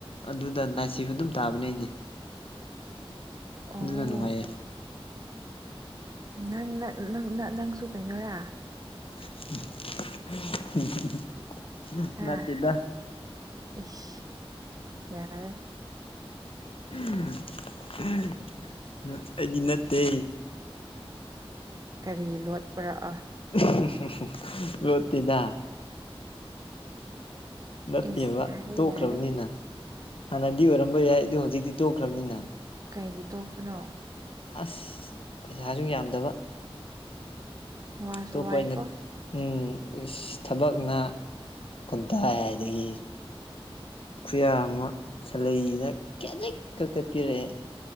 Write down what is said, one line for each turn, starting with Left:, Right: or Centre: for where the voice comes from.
Left: ꯑꯗꯨꯗ ꯅꯥꯏꯠ ꯁꯤꯐ ꯑꯗꯨꯝ ꯇꯥꯕꯅꯦ ꯑꯩꯗꯤ
Right: ꯑꯣ
Left: ꯑꯗꯨꯅ ꯅꯨꯡꯉꯥꯏꯌꯦ
Right: ꯅꯪ -ꯅ -ꯅꯪꯅ -ꯅꯪꯁꯨ ꯀꯩꯅꯣꯔꯥ
Left: <unintelligible>
Right: ꯑꯥ
Left: ꯅꯠꯇꯦꯗ
Right: ꯏꯁ ꯌꯥꯔꯦ
Left: <unintelligible> ꯑꯩꯗꯤ ꯅꯠꯇꯦ
Right: ꯀꯔꯤ ꯂꯣꯠꯄ꯭ꯔꯥ ꯑꯥ
Left: <unintelligible> ꯂꯣꯠꯇꯦꯗ ꯅꯠꯇꯦꯕ
Right: ꯏꯁ ꯌꯥꯔꯦ
Left: ꯇꯣꯛꯈ꯭ꯔꯕꯅꯤꯅ
Right: ꯌꯥꯔꯦ
Left: ꯍꯥꯟꯅꯗꯤ ꯑꯣꯏꯔꯝꯕ ꯌꯥꯏ ꯑꯗꯨ ꯍꯧꯖꯤꯛꯇꯤ ꯇꯣꯛꯈ꯭ꯔꯕꯅꯤꯅ
Right: ꯀꯩꯒꯤ ꯇꯣꯛꯄꯅꯣ
Left: ꯑꯁ ꯄꯩꯁꯥꯁꯨ ꯌꯥꯝꯗꯕ
Right: ꯋꯥꯁꯨ
Left: ꯑꯇꯣꯞꯄ
Right: ꯋꯥꯏꯀꯣ
Left: ꯑꯣꯏꯅ ꯎ ꯑꯁ ꯊꯕꯛꯅ ꯀꯗꯥꯏꯗꯒꯤ ꯈꯨꯌꯥ ꯑꯃ ꯁꯥꯂꯩꯅ ꯈꯦꯖꯤꯛ ꯈꯛꯇ ꯄꯤꯔꯛꯑꯦ